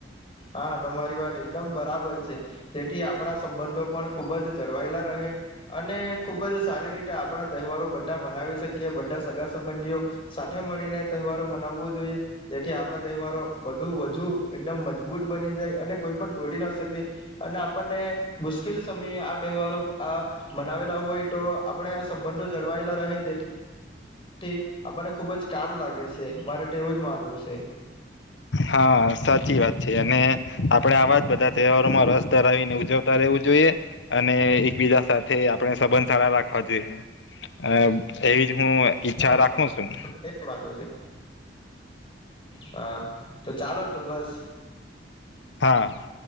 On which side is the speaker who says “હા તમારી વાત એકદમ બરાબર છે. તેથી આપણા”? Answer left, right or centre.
Left